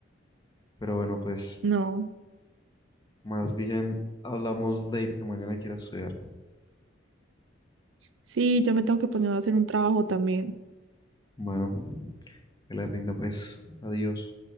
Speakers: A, on the left; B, on the right.
A: Pero bueno, pues.
B: No,
A: Más bien hablamos late, que mañana quiera estudiar.
B: sí, yo me tengo que poner a hacer un trabajo también.
A: Bueno, que le rinda pues. Adiós.